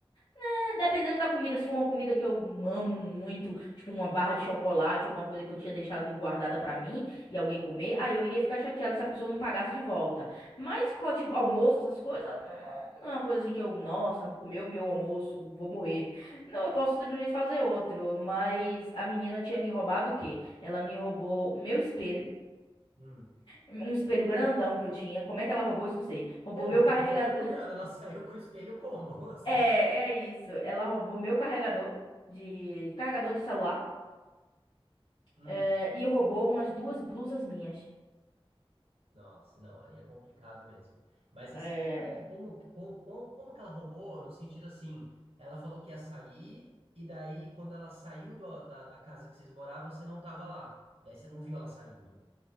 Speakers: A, on the left (about 55°); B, on the right (about 75°).
A: né, dependendo da comida, se for uma comida que eu amo muito, tipo uma barra de chocolate, alguma coisa que eu tinha deixado guardada pra mim e alguém comer, aí eu iria ficar chateada se a pessoa não pagasse de volta. Mas co- tipo, almoço, essas coisas, não, não- não é uma coisa assim que eu, nossa, comeu meu almoço, vou morrer. Não, eu posso simplesmente fazer outro, mas a menina tinha me roubado o quê? Ela me roubou o meu espelho
B: Hum.
A: um espelho grandão que eu tinha. Como é que ela roubou isso? Não sei. Roubou
B: Não,
A: meu
B: isso
A: carregador.
B: que eu tô me perguntando,
A: <laughs>
B: ela <laughs> saiu com o espelho como, <laughs> assim?
A: É, é isso. Ela roubou meu carregador de carregador de celular
B: Hum.
A: é, e roubou umas duas blusas minhas.
B: Nossa, não, aí é complicado mesmo. Mas
A: É,
B: assim, é, como, com- com- como, que ela roubou? No sentido assim, ela falou que ia sair, e daí quando ela saiu do- da, da casa que vocês moravam, você não tava lá. Daí você não viu ela saindo.